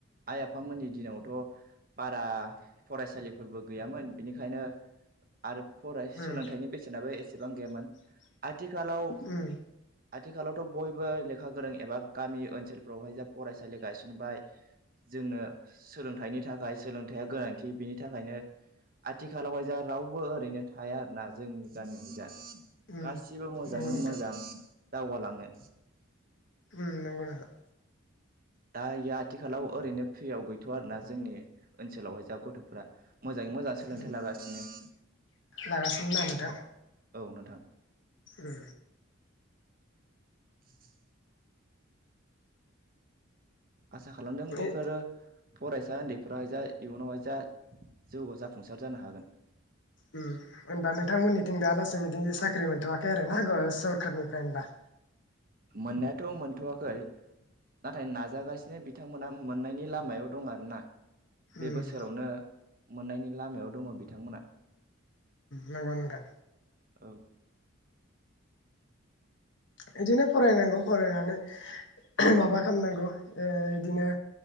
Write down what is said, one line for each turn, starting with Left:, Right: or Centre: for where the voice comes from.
Right: आइ- आफामोननि दिनावथ बारा फरायसालिफोरबो गैयामोन बिनिखायनो आरो फराय
Left: उम
Right: सोलोंथाइनि बेसेनाबो एसेबां गैयामोन आथिखालाव
Left: उम
Right: आथिखालावथ' बयबो लेखा खा गोरों एबा गामि ओनसोलफ्रावहाय जा फरायसालि गायसनबाय, जोंनो सोलोंथाइनि थाखाय सोलोंथायाइया गोनांथि बिनि थाखायनो आथिखालावहाय जा रावबो ओरैनो थाया आरोना, जोंनि गामियावहाय दा।
Left: उम
Right: गासिबो मोजाङै
Left: नंगौ नोंथां
Right: मोजां। दावगालाङो।
Left: उम नंगौ नोंथां
Right: दा यो आथिखालाव ओरैनो फ्रियाव गैथ'वा आरोना जोंनि ओनसोलावहाय जा गथ'फ्रार मोजाङै मोजां सोलोंथाइ
Left: उम
Right: लागासिनो।
Left: लागासिनो ना नोंथां
Right: औ नोंथां।
Left: उम।
Right: <inaudible> आसा खालामदों, बेफोरो
Left: ए
Right: फरायसा उन्दै फ्रा जा इयुनावहाय जा जौगा जाफुंसार जानो हागो।
Left: उम, होनबा नोंथांमोनिथिं दा लासै बिदि साख्रि मोनथ'वाखै आरो ना सरखारनिफ्राय होनबा।
Right: मोनायाथ' मोनथ'वाखै नाथाय नाजागासिनो, बिथांमोहा मोननायनि लामायाव दं आरोना। बे
Left: उम
Right: बोसोरावनो। मोननायनि लामायाव दङ बिथांमोना।
Left: नंगौ नोंथां।
Right: औ।
Left: बिदिनो फरायनांगौ फरायनानै माबा खालामनांगौ। ओ इदिनो